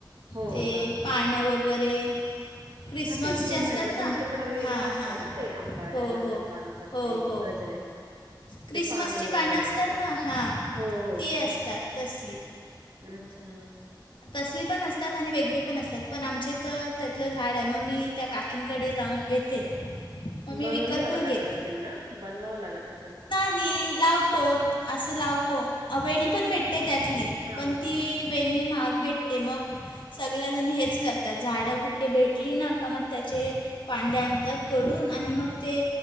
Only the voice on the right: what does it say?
हो लागतच
ते
हा तेच मी
म्हंटलं,
तुमच्याकडं वेगळं
असतं
ना ते, आंब आंबड्याला
जे बांधतात
ते
गजरे.
ते
वगैरे
असं
हो हो
हो
अच्छा.
बनवून
घ्यावा
लागत
असेल ना, बनवावं लागत असेल.
हा
हा
हा
हा